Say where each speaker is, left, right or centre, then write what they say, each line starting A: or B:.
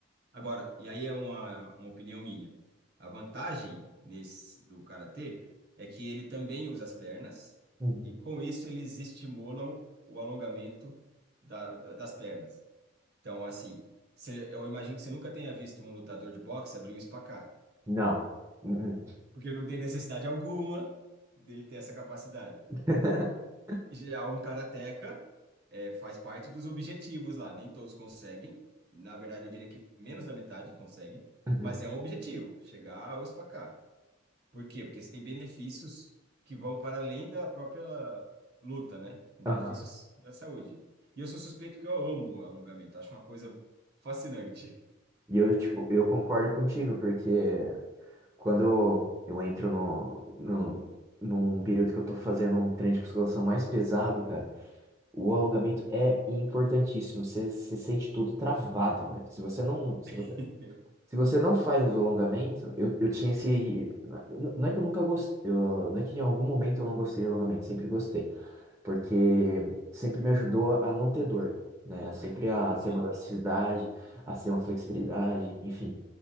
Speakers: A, on the right (about 55°); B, on the right (about 15°).
A: Agora, e aí é uma, uma opinião minha. A vantagem nesse do karatê é que ele também usa as pernas
B: uhum.
A: e com isso eles estimulam o alongamento da, da- das pernas. Então, assim, você- eu imagino que você nunca tenha visto um lutador de boxe abrir um espacar,
B: Não. Uhum.
A: porque não tem necessidade alguma dele ter essa capacidade.
B: <laughs>
A: Já um karateca é, faz parte dos objetivos lá. Nem todos conseguem. Na verdade, eu diria que menos da metade conseguem,
B: Uhum.
A: mas é um objetivo, chegar ao SPACAR. Por quê? Porque você tem benefícios que vão para além da própria luta, né? Benefícios
B: Aham.
A: da saúde. E eu sou suspeito porque eu amo alongamento, acho uma coisa fascinante.
B: E eu, tipo, eu concordo contigo, porque quando eu entro no, no, num período que eu tô fazendo um treino de musculação mais pesado, cara, o alongamento é importantíssimo. Você se sente tudo travado, velho. Se você não, se
A: <laughs>
B: Se você não faz o alongamento, eu, eu tinha esse. n- Não é que eu nunca gostei. eu- não é que em algum momento eu não gostei do alongamento, sempre gostei. Porque sempre me ajudou a não ter dor, né? Sempre a
A: Sim.
B: ter uma elasticidade, a ter uma flexibilidade, enfim.